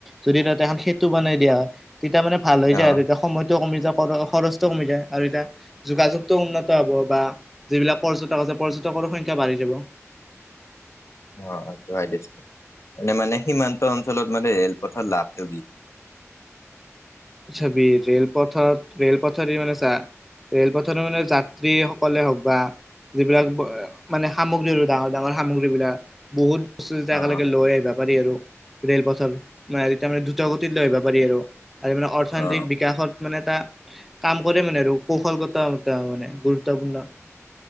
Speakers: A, in the centre; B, on the left.
A: যদি তাতে, এখন সেইটো বনাই দিয়া হয়, তেতিয়া মানে ভাল হৈ
B: অ',
A: যায় আৰু। এতিয়া সময়টো কমি যায়, খৰচটো কমি যায়। আৰু এতিয়া যোগাযোগটো উন্নত হ'ব বা যিবিলাক পৰ্যটক আছে, পৰ্যটকৰ সংখ্যা বাঢ়ি যাব।
B: অ', হৈ, দিছো, এনে, মানে সীমান্ত অঞ্চলত মানে ৰেলপথত লাভটো কি? <inaudible>
A: চাবি ৰে'ল পথত, ৰে'ল পথৰ দি মানে চা ৰে'লপথত মানে যাত্ৰী সকলে হওক বা যিবিলাক মানে সামগ্ৰী, আৰু ডাঙৰ, ডাঙৰ সামগ্ৰী বিলাক বহুত বস্তু যেতিয়া
B: অ',
A: একেলগে লৈ আহিবা পাৰি আৰু, ৰে'ল পথত তাৰমানে দুৰ্ত গতিত লৈ আহিবা পাৰি আৰু। আৰু মানে অৰ্থনৈতিক
B: অ'।
A: বিকাশত মানে এটা কাম কৰে, মানে আৰু কৌশলগতা মানে গুৰুত্বপূৰ্ণ।